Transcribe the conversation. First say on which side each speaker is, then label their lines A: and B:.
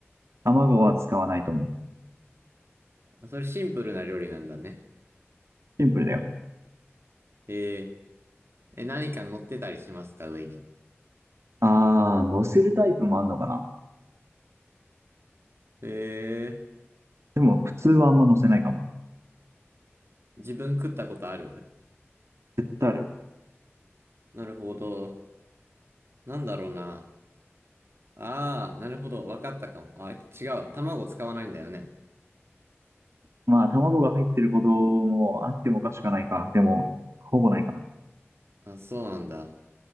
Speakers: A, on the right; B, on the right.
A: 卵は使わないと思う。
B: あそれシンプルな料理なんだね。
A: シンプルだよ。
B: えー、え、何か乗ってたりしますか上に。
A: あー、乗せるタイプもあんのかな。
B: え
A: でも、普通はあんま乗せないかも。
B: ー、自分食ったことある
A: 絶対ある。
B: なるほど。なんだろうな。ああ、なるほど。わかったかも。あ、違うわ。卵使わないんだよね。
A: まあ、卵が入ってることもあってもおかしくはないか。でも、ほぼないかな。
B: あ、そうなんだ。